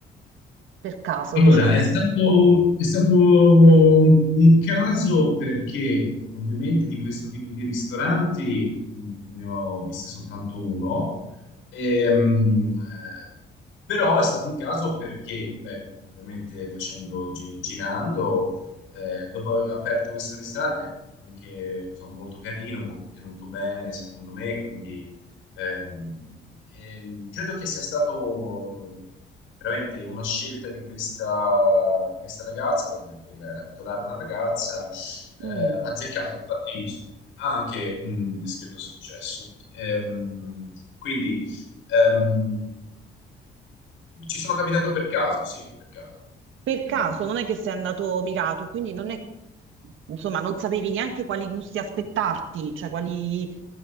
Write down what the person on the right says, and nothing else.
per caso,
diciamo?
Mm.
per
caso, non è che sei andato mirato, e quindi non è, insomma, non sapevi neanche quali gusti aspettarti, cioè quali,